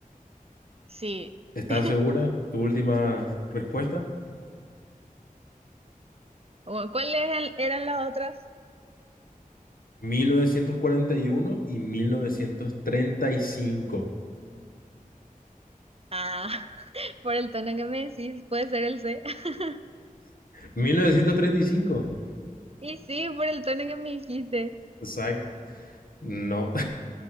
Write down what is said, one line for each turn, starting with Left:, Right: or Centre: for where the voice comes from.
Right: Sí.
Left: ¿Estás
Right: <laughs>
Left: segura? Tu última respuesta.
Right: ¿Cuáles eran, eran las otras?
Left: mil novecientos cuarenta y uno y y mil mil novecientos novecientos treinta treinta cinco
Right: Ah, <laughs> por el tono que me decís, puede ser el C. <laughs>
Left: ¿mil novecientos treinta y cinco
Right: Y sí, por el tono que me dijiste.
Left: Exacto. No,